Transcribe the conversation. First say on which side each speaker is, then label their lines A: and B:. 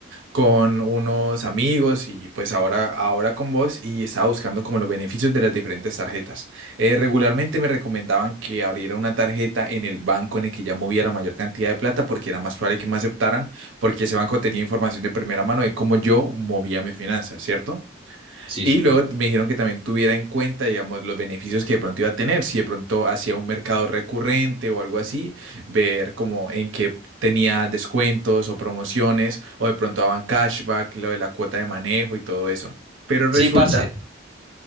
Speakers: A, on the right (about 75°); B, on the right (about 25°).
A: con unos amigos y pues ahora, ahora con vos y estaba buscando como los beneficios de las diferentes tarjetas. Eh, regularmente me recomendaban que abriera una tarjeta en el banco en el que ya movía la mayor cantidad de plata porque era más probable que me aceptaran porque ese banco tenía información de primera mano de cómo yo movía mis finanzas, ¿cierto?
B: Sí,
A: Y
B: señor.
A: luego me dijeron que también tuviera en cuenta, digamos, los beneficios que de pronto iba a tener, si de pronto hacía un mercado recurrente o algo así, ver como en qué tenía descuentos o promociones, o de pronto daban cashback, lo de la cuota de manejo y todo eso. Pero resulta,
B: Sí, parce.